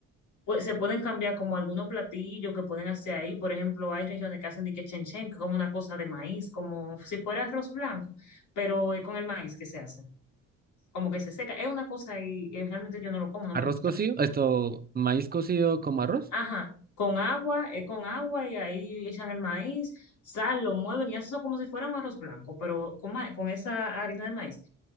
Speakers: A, on the left; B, on the right.
A: pues se pueden cambiar como algunos platillos que pueden hacer ahí. Por ejemplo, hay regiones que hacen dique chen chen, que es como una cosa de maíz, como si fuera arroz blanco, pero es con el maíz que se hace. Como que se seca. Es una cosa y, y realmente yo no lo como, no
B: ¿Arroz
A: me gusta.
B: cocido? ¿Esto, maíz cocido como arroz?
A: Ajá, con agua, es con agua y ahí echan el maíz, sal, lo mueven y hacen eso como si fuera un arroz blanco, pero con, ma- con esa harina de maíz.